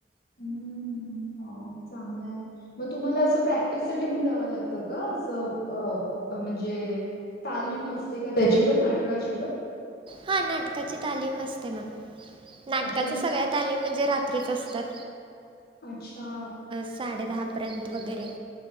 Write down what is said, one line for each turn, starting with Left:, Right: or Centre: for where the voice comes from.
Left: ह् चांगलाय. मग तुम्हाला असं प्रॅक्टिससाठी पण जावं लागतं का? स अ अ म्हणजे तालीम असते का त्याची पण नाटकाची पण?
Right: हा. नाटकाची तालीम असते ना. नाटकाच्या
Left: अच्छा म्हणजे
Right: सगळ्यात -- तालीम म्हणजे रात्रीच असतात.
Left: अच्छा.
Right: साडे दहापर्यंत वगैरे.